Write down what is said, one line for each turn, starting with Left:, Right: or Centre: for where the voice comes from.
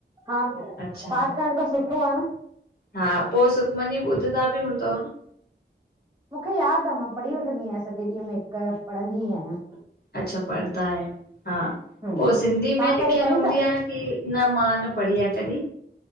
Right: हा,
Left: अच्छा
Right: पाठ करण त सुठो आ न।
Left: हा, पो सुखमनी ॿुधंदा ॿि हूंदव न?
Right: मूंखे याद आ मां पढ़ी वठंदी आहियां सॼे ॾींहं में हिकु पढ़ंदी आहियां।
Left: अच्छा पढ़ंदा आहियो, हा
Right: हम्म
Left: पो सिंधी
Right: तव्हां
Left: में लिखियलु
Right: कॾहिं पढ़ी
Left: हूंदी
Right: अथव
Left: आ की न मा न पढ़ी आ कंॾी।